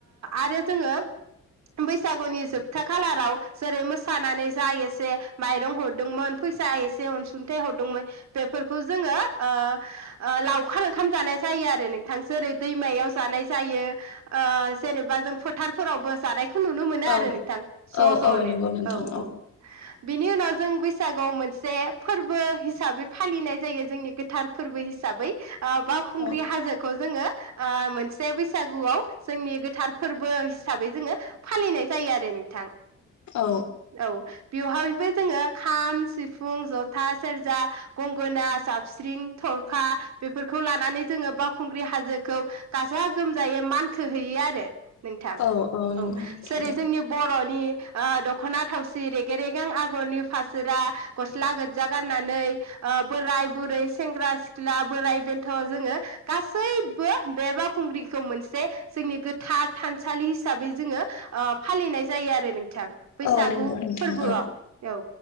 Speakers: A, on the right; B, on the left.
A: आरो जोङो बैसागुनि जोबथा खालाराव जेरै मोसानानै जा एसे माइरं हरदोंमोन फैसा एसे अनसुंथाइ हरदोंमोन बेफोरखौ जोङो ओ ओ लावखार ओंखाम जानाय जायो आरो नोंथां जेरै दैमायाव जानाय जायो ओ जेनेबा जों फोथारफोरावबो जानाय खौ नुनो मोनो आरो
B: औ
A: नोंथां ज
B: औ
A: जनो
B: औ नंगौ नोंथां
A: औ औ। बेनि उनाव जों बैसागुआव मोनसे फोरबो हिसाबै फालिनाय जायो जोंनि थार फोरबो हिसाबै आ बा खुंग्रि
B: औ
A: हाजोखौ जोङो ओ मोनसे बैसागुआव जोंनि गोथार फोरबो हिसाबै जोङो फालिनाय जायो आरो नोंथां।
B: औ
A: औ। बेवहायबो जोङो खाम सिफुं जथा सेरजा गंगोना जाब स्रिं थरखा बेफोरखौ लानानै जोङो बावखुंग्रि हाजोखौ गाजा गोमजायै मानखोहैयो आरो। नोंथां
B: औ
A: औ
B: नंगौ नोंथां
A: जेरै जोंनि बर' नि आ दखना थावसि रेगें रेगें आगरनि फासोरा गस्ला गोजा गाननानै आ बोराय बुरै सेंग्रा सिख्ला बोराय बेन्थ जोङो गासैबो बे बावखुंग्रिखौ मोनसे जोंनि गोथार थानसालि हिसाबै जोङो ओ फालिनाय जायो आरो नों बिथां बैसागु
B: औ नंगौ नोंथां
A: फोरबोआव
B: औ
A: औ